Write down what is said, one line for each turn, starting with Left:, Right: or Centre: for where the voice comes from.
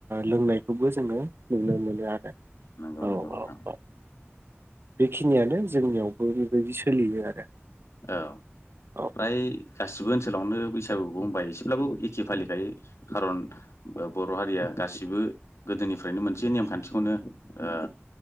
Right: लोंनायखौबो जोङो नुनो मोनो आरो।
Left: नोंगौ-नोंगौ
Right: औ
Left: नोंथां।
Right: औ औ बेखिनियानो जोंनियावबो बेबायदि सोलियो आरो।
Left: औ
Right: औ
Left: फ्राय गासिबो ओनसोलावनो बैस सागुखौ बुंबाय एसेब्लाबो एखे फालिखायो खारन बर' हारिया गासिबो गोदो निफ्रायनो मोनसे नेमखान्थिखौनो ओ